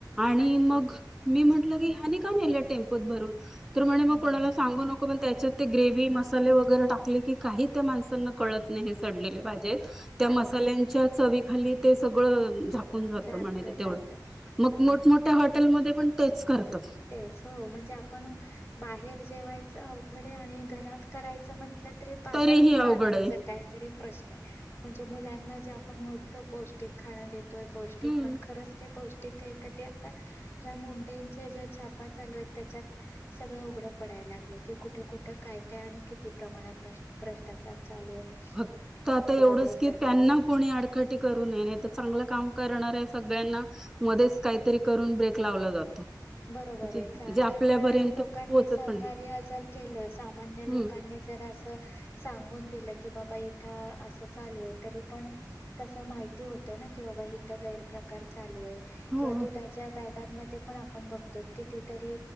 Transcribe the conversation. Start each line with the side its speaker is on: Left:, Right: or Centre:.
Centre: आणि
Left: अरे
Centre: मग
Left: बापरे
Centre: मी म्हंटलं की हयाणी का नेले टेम्पोत भरून, तर म्हणे म
Left: हम्म
Centre: कोणाला सांगु नको, पण त्याच्यात ते ग्रेवी मसाले वगैरे टाकले की, काही त्या माणसांना कळतं नाही हे सडलेले भाज्या हे त. त्या
Left: अरे
Centre: मसाल्यांच्या
Left: वा
Centre: चवी खाली ते सगळं झा जात
Left: झाकलं
Centre: म्हणे ते तेवढं
Left: जात हम्म
Centre: मग मोठमोठ्या हॉटेलमध्ये पण तेच करतात.
Left: तेच हो म्हणजे आपण बाहेर जेवायचं अवघडे आणि घरात करायचं म्हटलं तरी बाजारातून
Centre: तरीही अवघड
Left: आणायचं
Centre: आहे
Left: काय. तरी प्रश् आहे म्हणजे मुलांना जे आपण म्हणतो पौष्टिक खाण देतोय पौष्टिक
Centre: हम्म
Left: पण खरंच ते पौष्टिक आहे ते आता ह्या मुंडे्यांच्या ज्या छापा चालू आहेत त्याच्यात सगळं उघडं पडायला लागले की कुठं-कुठं काय-काय आणि किती प्रमाणात बस भ्रष्टाचार चालू आहे.
Centre: फक्त आता
Left: किंवा
Centre: एवढंच
Left: भेसळ
Centre: की त्यांना
Left: चालू आहे
Centre: कोणी अड कटी करू नये नाही तर चांगलं काम करणार आहे सगळ्यांना मध्येच काहीतरी करून ब्रेक लावला जातो.
Left: बरोबर
Centre: जे
Left: आहे.
Centre: जे आपल्यापर्यंत
Left: पण आणि लोकांनी
Centre: पोहोचत
Left: सहकार्य
Centre: पण आहे
Left: जर केलं सामान्य लोकांनी
Centre: हम्म
Left: जर अस सांगून दिलं की बाबा इथं असं चालू आहे तरी पण तसं माहिती होतं ना की बाबा हिथ गैर प्रकार चालू आहे
Centre: हो
Left: किंवा दुधाच्या बॅगांमध्ये पण आपण बघतो कितीतरी